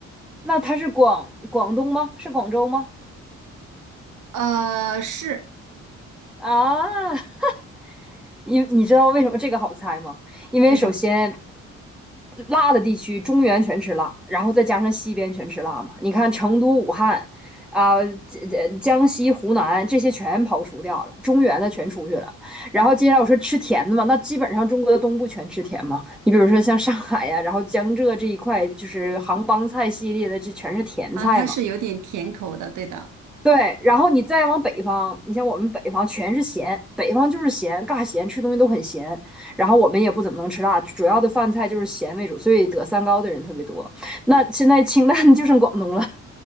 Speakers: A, in the centre; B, on the right.
A: 那它是广广东吗？是广州吗？
B: 呃，是
A: 啊，<laughs> 因你知道为什么这个好猜吗？因为首先，
B: 为什么？
A: 辣的地区中原全吃辣，然后再加上西边全吃辣嘛。你看成都、武汉，啊、这这江西、湖南这些全刨除掉了，中原的全出去了。然后接下来我说吃甜的嘛，那基本上中国的东部全吃甜嘛。你比如说像上海呀、然后江浙这一块，就是杭帮菜系列的，这全是甜菜嘛。
B: 啊，它是有点甜口的，对的，
A: 对，然后你再往北方，你像我们北方全是咸，北方就是咸，尬咸，吃东西都很咸。然后我们也不怎么能吃辣，主要的饭菜就是咸为主，所以得三高的人特别多。那现在清淡就剩广东了。<laughs>